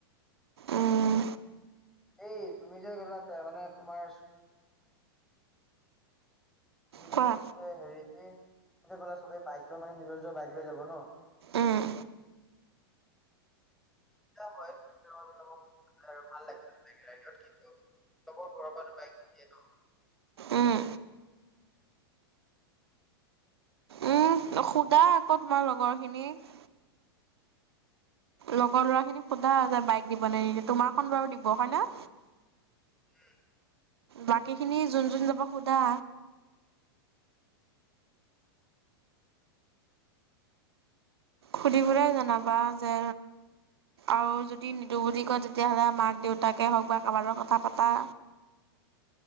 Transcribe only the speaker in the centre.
এই তুমি যে গলা মানে তোমাৰ তুমি যে
য'তে হেৰি কি কোনে কোনে সবেই বাইক লৈ মানে নিজৰ নিজৰ বাইক লৈ যাব ন,
হয় ভাল লাগ ৰাইডত কিন্ত ঘৰৰ পৰা বাইক নিদিয়ে ন।
উ।